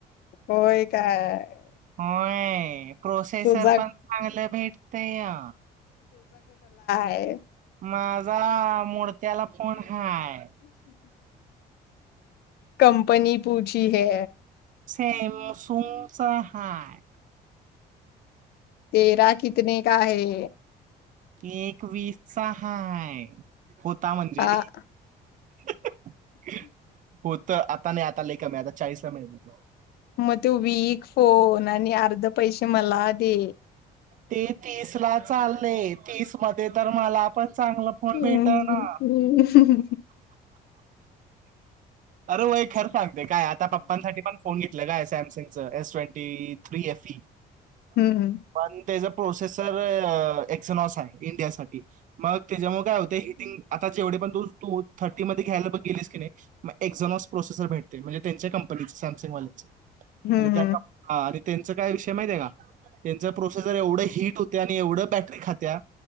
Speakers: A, on the left; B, on the right.
A: होय, काय?
B: होय प्रोसेसर
A: तुझा
B: पण चांगलं भेट तया
A: काय
B: माझा मोडत्याला फोन हाय
A: कंपनी पूची ती हे
B: सेम सुमचा हाय,
A: तेरा कितने का हे,
B: एक वीसचा हाय, होता म्हणजे,
A: हा
B: <inaudible> हो त आत आता लय नाही, आता कमी हाय आता चाळीस मिळतो.
A: मग तो वीक फोन, आणि अर्ध पैसे मला दे,
B: ते तीसला चाललय, तीसमध्ये तर मला पण चांगला फोन
A: हम्म
B: भेटना,
A: हम्म
B: अरे! वय खरं सांगते काय आता पप्पांसाठी पण फोन घेत घेतल काय सॅमसंगच एस ट्वेंटी थ्री एफई
A: हम्म हम्म
B: पण त्याचा प्रोसेसर एक्झनॉस आहे. इंडियासाठी मग त्याच्यामुळे काय होत हिटिंग आता जेवढे पण तू तू थर्टी मध्ये घ्यायला गेलीस की नाही मग एक्झनॉस प्रोसेसर भेटते म्हणजे त्यांच्या कंपनीच सॅमसंगवाल्यांच,
A: हम्म
B: आणि त्या त्यांच काय विषय माहित आहे का? त्यांच प्रोसेसर एवढं हिट होत, आणि एवढं बॅटरी खात्या